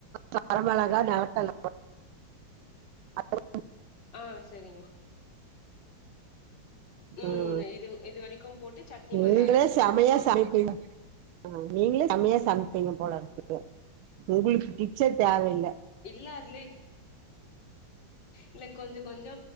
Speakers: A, on the right (about 85°); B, on the left (about 60°).
A: கொடமொளகா நெடக்கல்ல அ <unintelligible>
B: ஆ செரிங்க ம்
A: உம்
B: இது இது வரைக்கும் போட்டு சட்னி
A: நீங்களே
B: மாரி அரச்சிட்ணு
A: செம்மையா
B: ஆ
A: சமைப்பீங்க நீங்களே செமையா சமைப்பீங்க போல இருக்குது உங்களுக்கு பிச்சர் தேவயில்ல
B: இல்ல அதுலே இல்ல கொஞ்சோ கொஞ்சோ